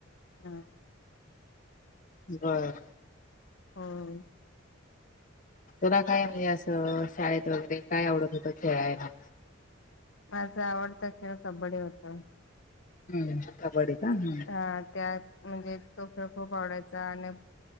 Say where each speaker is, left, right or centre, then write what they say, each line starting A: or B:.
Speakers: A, on the left (about 70°); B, on the left (about 40°).
A: हा.
B: बर.
A: होय.
B: तुला काय म्हणजे असं शाळेत वगैरे काय आवडत होत खेळायला.
A: माझा आवडता खेळ कबड्डी होत.
B: हम्म कब्बडी का हम्म.
A: हा त्यात म्हणजे तो खेळ खूप आवडायचा. आणि